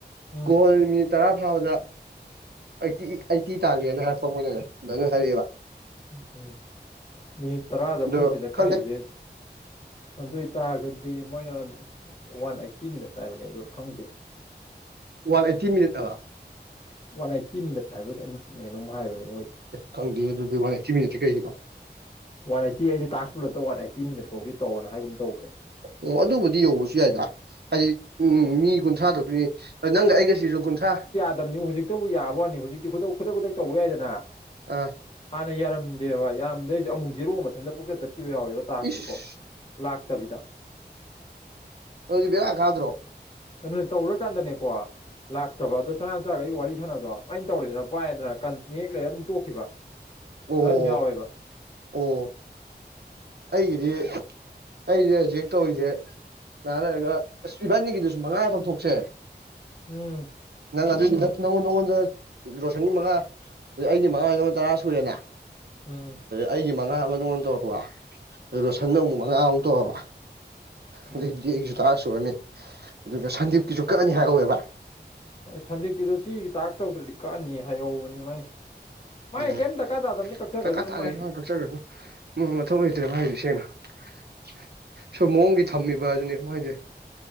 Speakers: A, on the left; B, on the right.
A: ꯎꯝ
B: ꯀꯣꯜꯠ ꯇꯔꯥ ꯐꯥꯎꯕꯗ ꯑꯩꯠꯇꯤ ꯑꯩꯠꯇꯤ ꯇꯥꯜꯂꯦꯅ ꯍꯥꯏꯔꯛꯄ ꯃꯣꯏꯅꯅꯦ ꯑꯗꯨꯅ ꯍꯥꯏꯔꯛꯑꯦꯕ
A: ꯎꯝ ꯎꯝ ꯃꯤꯅꯤꯠ ꯇꯔꯥꯗ
B: ꯑꯗꯣ
A: ꯃꯣꯏꯁꯤꯗ
B: ꯈꯪꯗꯦ
A: ꯀꯛꯏꯁꯦ ꯑꯗꯨꯏ ꯇꯥꯔꯒꯗꯤ ꯃꯣꯏꯅ ꯋꯥꯟ ꯑꯠꯇꯤ ꯃꯤꯅꯠ ꯅꯥꯕꯅꯦ ꯑꯗꯨ ꯈꯪꯗꯦ
B: ꯋꯥꯟ ꯑꯩꯠꯇꯤ ꯃꯤꯅꯤꯠ ꯑꯗ
A: ꯋꯥꯟ ꯑꯥꯏꯠꯇꯤ ꯃꯤꯅꯠ ꯍꯥꯏꯕ꯭ꯔꯥ ꯀꯩꯅꯣꯝ ꯍꯥꯏꯕꯅꯤ
B: ꯈꯪꯦ ꯃ ꯊꯤ ꯃꯤ ꯊ ꯀꯩꯁꯤꯀ
A: ꯋꯥꯟ ꯑꯥꯏꯠꯇꯤ ꯑꯩꯗꯤ ꯇꯥꯛꯁꯂ ꯋꯥꯟ ꯑꯥꯏꯠꯇꯤ ꯃꯤꯅꯠꯇꯧꯗꯤ ꯇꯧꯅ ꯍꯥꯏꯒꯨꯝ ꯇꯧ
B: ꯑꯣ ꯑꯗꯨꯕꯨꯗꯤ ꯌꯧꯕꯁꯨ ꯌꯥꯏꯗ ꯍꯥꯏꯗꯤ ꯎꯝ ꯃꯤ ꯀꯨꯟꯊ꯭ꯔꯥ ꯊꯣꯛꯛꯇꯣꯏꯅꯤ ꯅꯪꯒ ꯑꯩꯒꯁꯤꯁꯨ ꯀꯨꯟꯊ꯭ꯔꯥ
A: ꯍꯧꯖꯤꯛꯇ ꯌꯥꯕꯅꯤ ꯍꯧꯖꯤꯛꯇꯤꯛ ꯈꯨꯗꯛ ꯈꯨꯗꯛ ꯇꯧꯕ ꯌꯥꯏꯗꯅ
B: ꯑꯥ
A: ꯍꯥꯟꯅ ꯌꯥꯔꯝꯗꯦꯕ ꯌꯥꯔꯝꯗ ꯁꯤ ꯑꯃꯨꯛ ꯖꯤꯦꯔꯣꯛ ꯃꯊꯟꯇ ꯄꯨꯛꯆꯠ ꯆꯠꯈꯤꯕ ꯌꯥꯎꯋꯦꯕ ꯇꯥꯛꯁꯦꯀꯣ
B: ꯏꯁ
A: ꯂꯥꯛꯇꯕꯤꯗ
B: ꯍꯧꯖꯤꯕꯔꯗ꯭ꯔꯣ
A: ꯑꯗꯨꯅ ꯇꯧꯔꯀꯥꯟꯗꯅꯦꯀꯣ ꯂꯥꯛꯇꯕ ꯑꯗꯣ ꯁꯅꯥꯟꯆꯥꯒꯩ ꯋꯥꯔꯤ ꯁꯥꯟꯅꯕꯗꯣ ꯑꯩꯅ ꯇꯧꯔꯦꯗꯅ ꯄꯥꯏꯗꯅ ꯅꯦꯛꯂꯒ ꯑꯗꯨꯝ ꯇꯣꯛꯈꯤꯕ
B: ꯑꯣ
A: ꯑꯗꯨ ꯑꯗꯨꯝ ꯌꯥꯎꯋꯦꯕ
B: ꯑꯣ ꯑꯩꯒꯤꯗꯤ ꯑꯩꯁꯦ ꯍꯧꯖꯤꯛ ꯍꯦꯛ ꯇꯧꯔꯤꯁꯦ ꯅꯥꯟꯅꯔꯒ ꯑꯁ ꯏꯕꯥꯟꯅꯤꯒꯤꯗꯨ ꯁ ꯃꯉꯥ ꯇꯧꯊꯣꯛꯁꯦ
A: ꯎꯝ
B: ꯅꯪ ꯑꯗꯨ ꯅꯪꯉꯣꯟꯗ ꯅꯪꯉꯣꯟꯗ ꯔꯣꯁꯟꯒꯤ ꯃꯉꯥ ꯑꯗꯨ ꯑꯩꯗꯤ ꯃꯉꯥ ꯑꯣꯏꯗ ꯇꯔꯥ ꯁꯨꯔꯦꯅꯦ ꯑ
A: ꯎꯝ
B: ꯑꯩꯒꯤ ꯃꯉꯥ ꯑꯃ ꯅꯉꯣꯟ ꯇꯧꯔꯕ
A: ꯎꯝ
B: ꯔꯣꯁꯟꯅ ꯑꯃꯨꯛ ꯃꯉꯥꯃꯨꯛ ꯇꯣꯛꯑꯕ
A: ꯎꯝ
B: ꯑꯗꯒꯤ ꯑꯩꯁꯨ ꯇꯔ ꯁꯨꯔꯅꯤ ꯑꯗꯨꯒ ꯁꯟꯗꯤꯞꯀꯤꯁꯨ ꯀꯛꯅꯤ ꯍꯥꯏꯍꯧꯋꯦꯕ
A: ꯁꯟꯗꯦꯞꯀꯤꯗꯣ ꯁꯤꯒꯤ ꯇꯥꯛꯁ ꯇꯧꯗ꯭ꯔꯗꯤ ꯀꯛꯅꯤ ꯍꯥꯏꯍꯧꯕꯅꯤ ꯃꯥꯏ ꯃꯥꯏ
B: ꯑꯣ
A: ꯀꯩꯝ ꯗꯔꯀꯥꯔ ꯇꯥꯗꯕꯅꯤ ꯀꯛꯆꯈ꯭ꯔꯁꯅꯨ
B: ꯇꯀꯥ ꯇꯥꯂꯦꯃꯆꯈ꯭ꯔ
A: ꯃꯥꯏ
B: ꯃꯊꯧ ꯂꯩꯇ꯭ꯔꯦ ꯍꯥꯏꯁ ꯁꯦꯡꯅ <unintelligible> ꯃꯑꯣꯡꯒꯤ ꯊꯝꯃꯤꯕ ꯑꯗꯨꯅꯦ ꯃꯥꯏꯁꯦ